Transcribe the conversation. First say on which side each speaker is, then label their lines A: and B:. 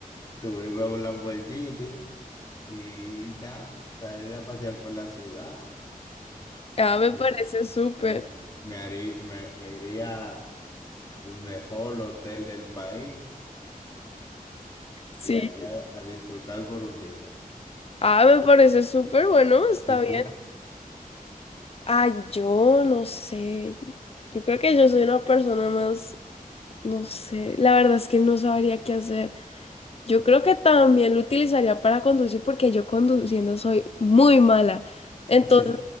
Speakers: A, on the left; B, on the left.
A: Subirme a un Lamborghini y nada, salir a pasear por la ciudad.
B: ah, me
A: Mm,
B: parece súper.
A: Me, me, harí- me, me iría al mejor hotel del país y
B: Sí.
A: allá a disfrutar por un día.
B: Ah, me parece súper bueno, está
A: ¿Y tú?
B: bien. Ay, yo no sé. Yo creo que yo soy una persona más, no sé, la verdad es que no sabría qué hacer. Yo creo que también lo utilizaría para conducir porque yo conduciendo soy muy mala. Entonces,
A: Sí.